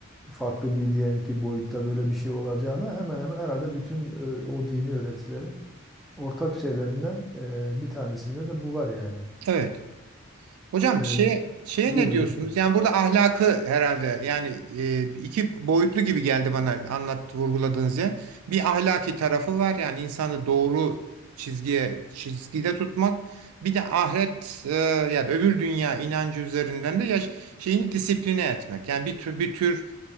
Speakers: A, in the centre; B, on the right.
A: farklı bir diyelim ki boyutta böyle bir şey olacağına hemen hemen herhalde bütün e, o dini öğretilerin ortak şeylerinden e, bir tanesinde de bu var yani.
B: Evet. Hocam
A: E,
B: şey, şeye
A: buyurun
B: ne diyorsunuz?
A: hocam.
B: Yani burada ahlakı herhalde yani e, iki boyutlu gibi geldi bana anlat vurguladığınız yer. Bir ahlaki tarafı var yani insanı doğru çizgiye çizgide tutmak. Bir de ahiret e, yani öbür dünya inancı üzerinden de yaş, şeyini disipline etmek. Yani bir tür bir tür